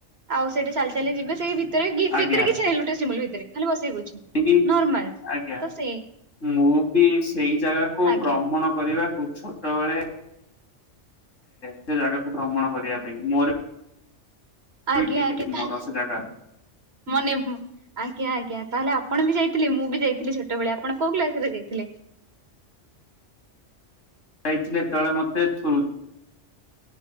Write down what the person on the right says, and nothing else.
ଆଉ ସେଇଟା ଚାଲି ଚାଲି ଯିବେ ସେଇ ଭିତରେ
ଭିତରେ କିଛିହିଁ ଲୋଟସ ଟେମ୍ପୁଲ ଭିତରେ ଖାଲି ବସିବାକୁ
ନର୍ମଲ ତ
ସେ
ଆଜ୍ଞା
ଆଜ୍ଞା
ଆଜ୍ଞା ତାହେଲେ
ମାନେ ଆ ଆଜ୍ଞା ଆଜ୍ଞା ତାହେଲେ ଆପଣ ବି ଯାଇଥିଲେ ମୁଁ ବି ଯାଇଥିଲି ଛୋଟବେଳେ ଆପଣ କୋଉ କ୍ଲାସ ରେ ଯାଇଥିଲେ?